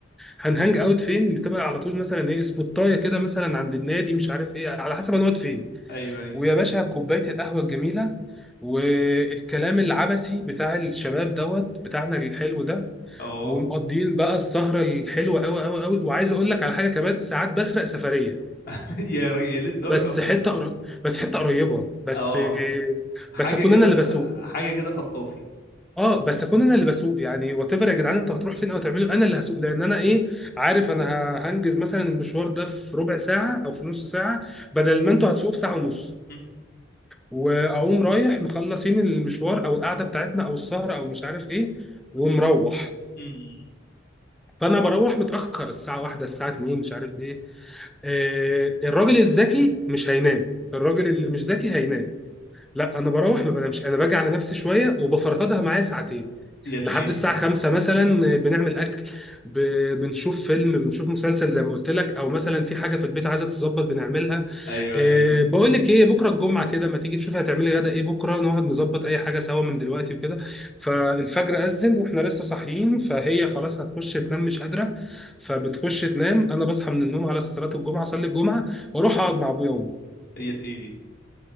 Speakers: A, in the centre; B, on the left.
A: هنهانج اوت فين بتبقى على طول مثلا ايه سبوتايه كده مثلا عند النادي مش عارف ايه على حسب هنقعد فين
B: ايوه ايوه
A: ويا باشا كوبايه القهوه الجميله والكلام العبثي بتاع الشباب دوت بتاعنا الحلو ده
B: اه
A: ومقضيين بقى السهره الحلوه قوي قوي قوي وعايز اقول لك على حاجه كمان ساعات بسرق سفريه
B: <laughs> يا ر- يا للدرجه
A: بس حته قر... بس حته قريبه بس
B: اه حاجه
A: بس اكون
B: كده
A: انا اللي
B: خ...
A: بسوق
B: حاجه كده خطافي
A: اه بس اكون انا اللي بسوق يعني وات ايفر يا جدعان انتوا هتروحوا فين او تعملوا انا اللي هسوق لان انا ايه عارف انا ه- هنجز مثلا المشوار ده في ربع ساعه او في نص ساعه بدل ما انتوا هتسوقوا في ساعه ونص
B: م-
A: واقوم رايح مخلصين المشوار او القعده بتاعتنا او السهره او مش عارف ايه ومروح
B: م- م.
A: فانا بروح متاخر الساعه واحدة الساعه 2 مش عارف ايه آه الراجل الذكي مش هينام الراجل اللي مش ذكي هينام لا انا بروح ما بنامش انا باجي على نفسي شويه وبفرهدها معايا ساعتين
B: يا سيدي
A: لحد الساعة خمسة مثلا بنعمل أكل ب- بنشوف فيلم بنشوف مسلسل زي ما قلت لك أو مثلا في حاجة في البيت عايزة تتظبط بنعملها
B: ايوه
A: أه
B: ايوه
A: بقول لك إيه بكرة الجمعة كده ما تيجي تشوفي هتعملي غدا إيه بكرة نقعد نظبط أي حاجة سوا من دلوقتي وكده فالفجر أذن وإحنا لسه صاحيين فهي خلاص هتخش تنام مش قادرة فبتخش تنام أنا بصحى من النوم على صلاة الجمعة أصلي الجمعة وأروح أقعد مع أبويا وأمي
B: يا سيدي